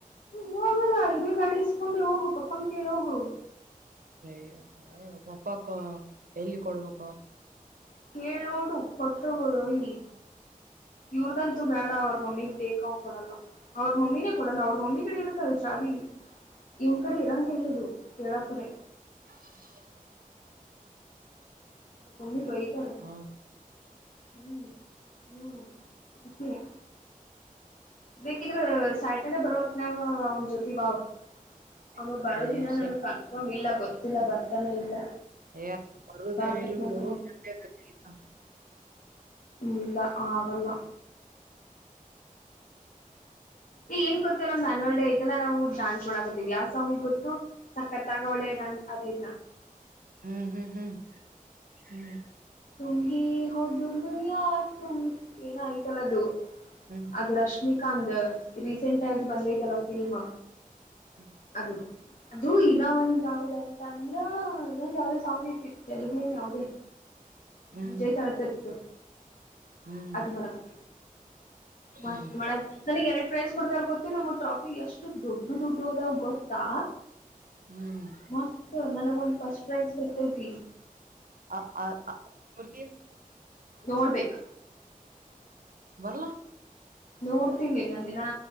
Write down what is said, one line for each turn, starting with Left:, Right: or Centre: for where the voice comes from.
Left: ಹೋಗಲ್ಲಾ ಇದೇ ಗಾಡಿ ಇಸ್ಕೊಂಡೆ ಹೋಗು ಪಪ್ಪನ್ ಕೇಳ ಹೋಗು
Right: ಅಯ್ಯ ಪಪ್ಪಾಕ್ಕ ಎಲ್ಲಿ ಕೊಡ್ಬೇಕ ಅವಾ
Left: ಕೇಳಿ ನೋಡು ಕೊಟ್ರು ಒಯಿ ಇವ್ರ್ದಂತು ಬೇಡ ಅವ್ರ ಮಮ್ಮಿಗ್ ಬೇಕಾವ್ ಕೊಡಲ್ಲಾ ಅವ್ರ ಮಮ್ಮಿನೇ ಕೊಡಲ್ಲಾ ಅವ್ರ ಮಮ್ಮಿ ಕಡೆ ಇರುತ್ತೆ ಚಾವಿ ಇವನ್ ಕಡೆ ಇರಂಗ ಇಲ್ಲದು ಕೇಳಾಕರೆ.
Right: <unintelligible>
Left: ಅವ್ರ ಮಮ್ಮಿ ಬೈತಾರ
Right: ಹ
Left: ಹ್ಮ್ ಹ್ಮ್. <unintelligible> ಬೇಕಿದ್ರೆ ಸ್ಯಾಟರ್ಡೆ ಬರವತ್ನಾಗ ಅವ್ನ್ ಜ್ಯೋತಿ ಬಾವ್. ಅವ
Right: ಹೌದಾನ
Left: ಬರೋದಿನ ನನಗ್ ಕನ್ಫರ್ಮ್ ಇಲ್ಲ ಗೊತ್ತಿಲ್ಲ ಬರ್ತಾನೆ ಇಲ್ಲ.
Right: ಹೆ ಬರೊದ
Left: ಬರಕತ್ನಂತಾನ
Right: ಹೇಳಿಬುಡು <unintelligible> ತ.
Left: ಇಲ್ಲ ಆಗಲ್ಲ. ಈ ಏನ್ ಗೊತ್ತು ನಮ್ ಅ್ಯನ್ಯಲ್ ಡ ಐತೆಲ್ಲ ನಾವು ಡಾನ್ಸ್ ಮಾಡಡಕತ್ತೀವಿ ಯಾ ಸಾಂಗ್ ಗೊತ್ತು. ಸಕ್ಕತಾಗೋಳೆ ಡಾನ್ ಅದೆದ್ನ.
Right: ಹ್ಮ್ ಹ್ಮ್ ಹ್ಮ್ ಹ್ಮ್.
Left: ತುಮ್ ಹಿ ಹೋ ದುನಿಯಾ ತುಮ್ ಏನಯ್ತಲ್ಲದು.
Right: ಹ್ಮ
Left: ಅದು ರಶ್ಮಿಕಾಂದ ರೀಸೆಂಟ್ ಆಗಿ ಬಂದೈತಲ್ಲ ಫಿಲ್ಮ್.
Right: ಹ್ಮ
Left: ಅದು ಅದು ಇನ್ನ ಒಂದ ಯಾವ್ದ ಅಂತ ಅಂದ್ರ ಇನ್ನೊಂದ ಯಾವ್ದೇ ಸಾಂಗ್ ಐತಿ ತೆಲುಗು ಏನ್ ಯಾವ್ದೇ.
Right: ಹ್ಮ್
Left: ವಿಜಯ್ ದಳಪತಿದು.
Right: ಹ್ಮ್
Left: ಅದು ಮಾಡಕತ್
Right: ಹ್ಮ್
Left: ಮಸ್ತ್ ಮಾಡನ್ ನನಗ್ ಎರಡ್ ಪ್ರೈಸ್ ಕೊಡ್ತಾರೆ ಗೊತ್ ತ ನಮ್ಮ್ ಟ್ರಾಫಿ ಎಷ್ಟು ದೊಡ್ಡು ದೊಡ್ಡುವು ಅದಾವ ಗೊತ್ತಾ.
Right: ಹ್ಮ್
Left: ಮಸ್ತ್ ನನಗ ಒಂದ್ ಫಸ್ಟ್ ಪ್ರೈಜ್ ಬರ್ತೈತಿ.
Right: ಅ ಅ ಅ ಕುಡ್ತಿ.
Left: ನೋಡ್ಬೇಕು.
Right: ಬರ್ಲಾ.
Left: ನೋಡ್ತೀನ್ ನಿನಂದ ನಾ